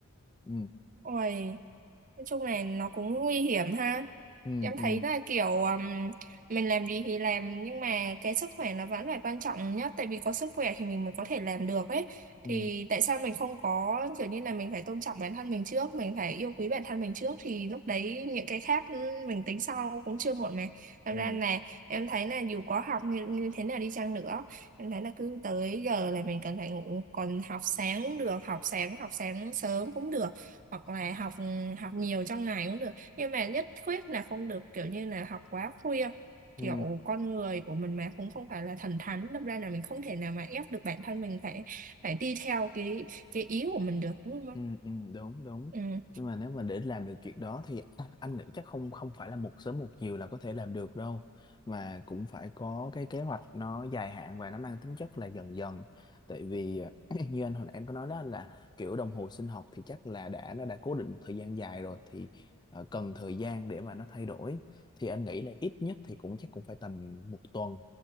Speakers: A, on the left (about 20°); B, on the right (about 35°).
A: ừ.
B: ôi Nói chung này nó cũng nguy hiểm ha.
A: ừ
B: Em
A: ừ
B: thấy là kiểu um, mình làm gì thì làm nhưng mà cái sức khỏe nó vẫn là quan trọng nhất tại vì có sức khỏe thì mình mới có thể làm được ấy.
A: ừ
B: Thì tại sao mình không có kiểu như là mình phải tôn trọng bản thân mình trước, mình phải yêu quý bản thân mình trước thì lúc đấy những cái khác mình tính sau cũng chưa muộn mà. Thật
A: ừ
B: ra là em thấy là dù có học như, như thế nào đi chăng nữa, em thấy là cứ tới giờ là mình cần phải ngủ, còn học sáng được, học sáng, học sáng sớm cũng được hoặc là học học nhiều trong ngày cũng được nhưng mà nhất quyết là không được kiểu như là học quá khuya
A: ừ
B: kiểu con người của mình mà cũng không phải là thần thánh đâm ra là mình không thể nào mà ép được bản thân mình phải phải đi theo cái cái ý của mình được đúng không
A: Ừ, ừ, đúng đúng
B: ừ.
A: nhưng mà nếu mà để làm được chuyện đó thì <clears throat> anh nghĩ chắc không không phải là một sớm một chiều là có thể làm được đâu mà cũng phải có cái kế hoạch nó dài hạn và nó mang tính chất là dần dần tại vì <clears throat> như anh hồi nãy em có nói đó là kiểu đồng hồ sinh học thì chắc là đã nó đã cố định một thời gian dài rồi thì ờ, cần thời gian để mà nó thay đổi thì anh nghĩ là ít nhất thì cũng chắc cũng phải tầm một tuần